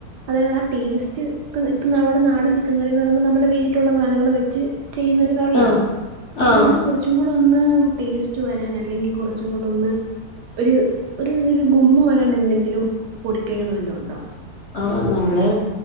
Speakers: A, on the right (about 80°); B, on the left (about 60°).
A: അതായത് ആ ടേസ്റ്റ് റ്റ് ഇപ്പ നമ്മുടെ നാടൻ ചിക്കൻ കറി എന്ന് പറയ്പോൾ നമ്മുടെ വീട്ടിലുള്ള സാധങ്ങൾ വെച്ച് ചെയ്യുന്നൊരു കറിയാണ്
B: ആ
A: പക്ഷെ
B: ആഹ്
A: അതിന് കുറച്ചും കൂടെ ഒന്ന് ടേസ്റ്റ് വരാൻ അല്ലെങ്കിൽ കുറച്ചും കൂടെ ഒന്ന് ഒരു ഒരു ഒരു ഗുമ്മ് വരാൻ എന്തെങ്കിലും പൊടിക്കകൾ വല്ലാം ഉണ്ടോ
B: ആഹ് നമ്മള്